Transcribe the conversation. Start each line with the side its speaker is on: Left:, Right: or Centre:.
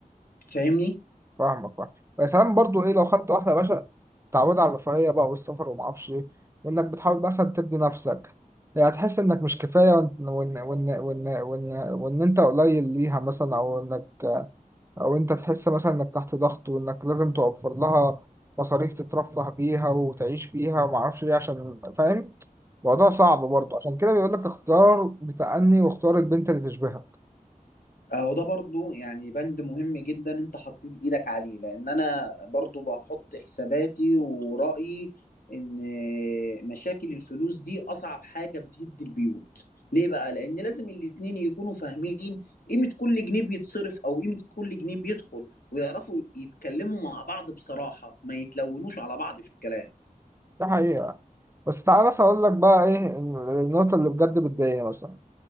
Left: فاهمني؟
Right: فاهمك فاهم بس ساعات برضو ايه لو خدت واحده يا باشا تعود على الرفاهيه بقى والسفر وما اعرفش ايه وانك بتحاول مثلا تبني نفسك يعني هتحس انك مش كفايه وان وان وان وان وان, وإن انت قليل ليها مثلا او انك او انت تحس مثلا انك تحت ضغط وانك لازم توفر لها مصاريف تترفه بيها وتعيش بيها وما اعرفش ايه عشان فاهم موضوع صعب برضو عشان كده بيقول لك اختار بتأني واختار البنت اللي تشبهك
Left: اهو ده برضو يعني بند مهم جدا انت حطيت ايدك عليه لان انا برضو بحط حساباتي ورأيي ان مشاكل الفلوس دي اصعب حاجة بتهد البيوت ليه بقى لان لازم الاتنين يكونوا فاهمين قيمة كل جنيه بيتصرف او قيمة كل جنيه بيدخل ويعرفوا يتكلموا مع بعض بصراحة ما يتلونوش على بعض في الكلام
Right: ده حقيقه بس تعالى مثلا اقول لك بقى ايه النقطه اللي بجد بتضايقني مثلا